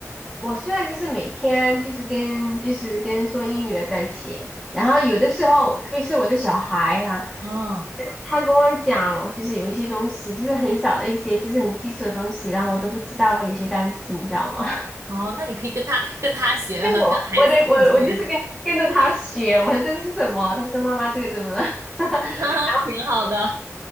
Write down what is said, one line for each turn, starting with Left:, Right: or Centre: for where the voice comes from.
Centre: 我虽然就是每天就是跟就是跟说英语的在写，然后有的时候，特别是我的小孩啊，
Right: 嗯，
Centre: 他跟我讲就是有一些东西，就是很小的一些，就是很基础的东西，然后我都不知道有些单词，你知道吗？
Right: 哦，那你可以跟他跟他学，
Centre: <laughs> 那个我我得我我就是跟跟着他学，
Right: 跟孩子一起学。
Centre: 我说这个是什么？他说妈妈这个怎么了？<laughs>
Right: <laughs> 挺好的，